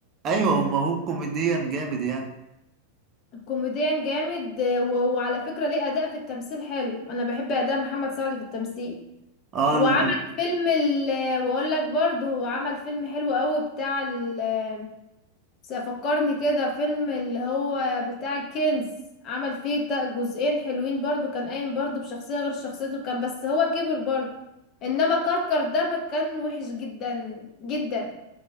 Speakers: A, on the right (about 30°); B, on the left (about 35°).
A: ايوه ما هو كوميديا جامد يعني
B: كوميديان جامد آه، و... وعلى فكرة ليه اداء في التمثيل حلو انا بحب اداء محمد سعد في التمثيل
A: اه
B: وعمل فيلم ال... واقول لك برضو هو عمل فيلم حلو قوي بتاع ال... بس فكرني كده فيلم اللي هو بتاع الكنز عمل فيه تا- جزئين حلوين برضو كان قايم برضو بشخصية غير شخصيته كان بس هو كبر برضو انما كركر ده ما كان وحش جدا جدا